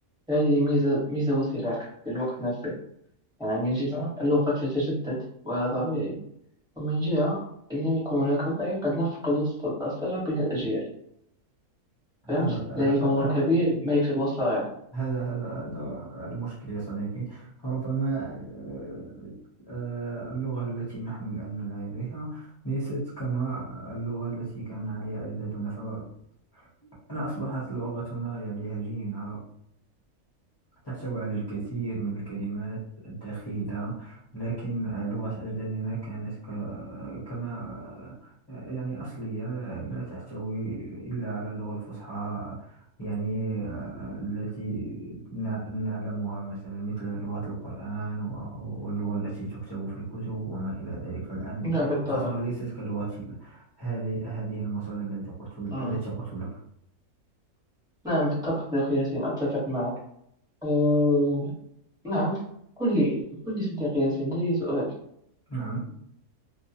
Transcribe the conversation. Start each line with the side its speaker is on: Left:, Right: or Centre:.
Centre: هذه ميزة ميزة وسلاح في الوقت نفسه يعني من جهة اللغة تتجدد وهذا طبيعي ومن جهة إن يكون هناك وعي قد نفقد الصل- الصلة بين الأجيال فهمت؟
Left: هذا هذا
Centre: لا يفهم الكبير ما يكتبه الصغير
Left: هذا هذا هذا المشكل يا صديقي فربما آه، آه، اللغة التي نحن الآن لديها ليست كما اللغة التي كان عليها أجدادنا فأنا أصبحت لغتنا يعني هجينة تحتوي على الكثير من الكلمات الدخيلة لكن لغة أجدادنا كانت ك- كما يعني أصلية لا تحتوي إلا على اللغة الفصحى يعني التي نع- نعلمها مثلا مثل لغة القرآن و- واللغة التي تكتب في الكتب وما إلى ذلك فالآن
Centre: نعم بالطبع
Left: لغتنا ليست كلغة هذه هذه المصادر التي قلت
Centre: مم.
Left: التي قلت لك
Centre: نعم بالطبع صديقي ياسين أتفق معك أه... نعم قل لي قل لي صديقي ياسين لدي سؤال
Left: نعم